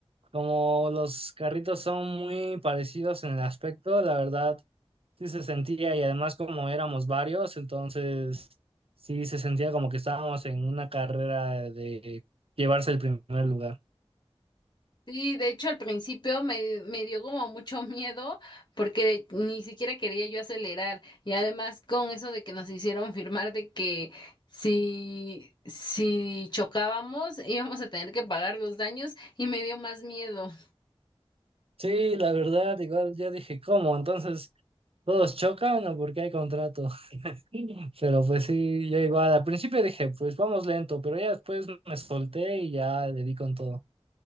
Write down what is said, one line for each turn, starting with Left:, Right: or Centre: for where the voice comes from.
Right: como los carritos son muy parecidos en el aspecto, la verdad sí se sentía y además como éramos varios, entonces sí se sentía como que estábamos en una carrera de llevarse el primer lugar.
Left: Sí, de hecho al principio me, me dio como mucho miedo porque ni siquiera quería yo acelerar y además con eso de que nos hicieron firmar de que si, si chocábamos íbamos a tener que pagar los daños y me dio más miedo.
Right: Sí, la verdad, igual yo dije, ¿cómo? Entonces... Todos chocan o porque hay contrato. <laughs> Pero pues sí, ya igual. Al principio dije, pues vamos lento, pero ya después me solté y ya le di con todo.